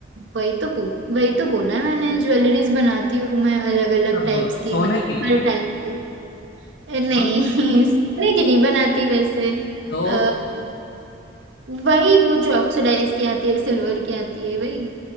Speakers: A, on the right; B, on the left.
A: वही तो पूछ वही तो बोला मैंने ज्वेलरीज बनाती हूँ मैं अलग अलग
B: मतलब
A: टाइप्स
B: सोने
A: की मतलब
B: की
A: हर टाइप की ए, नहीं
B: सोने
A: <laughs> सोने की नहीं बनाती वैसे
B: तो
A: अ, वही वो जो ऑक्सीडाइज की आती है सिल्वर की आती है वही